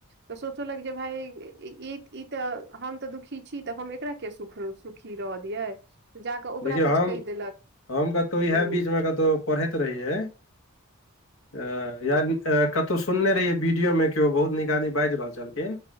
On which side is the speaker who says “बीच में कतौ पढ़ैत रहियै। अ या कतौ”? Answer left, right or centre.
Left